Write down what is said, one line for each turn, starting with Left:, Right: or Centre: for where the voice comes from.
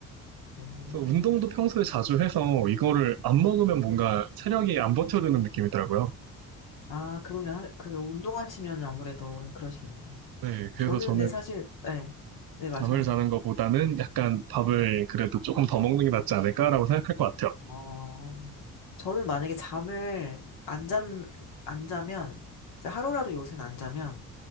Left: 음.
Right: 그래서 운동도 평소에 자주 해서 이거를 안 먹으면 뭔가 체력이 안 버텨주는 느낌이더라고요.
Left: 아, 그러면, 하- 그러면 운동하시면 아무래도 그러시겠네요.
Right: 네, 그래서
Left: 저는
Right: 저는
Left: 근데 사실, 네, 네, 말씀하세요.
Right: 잠을 자는 것보다는 약간 밥을 그래도 조금 더 먹는 게 낫지 않을까라고 생각할 것 같아요.
Left: 어, 저는 만약에 잠을 안 잔, 안 자면, 진짜 하루라도 요새는 안 자면,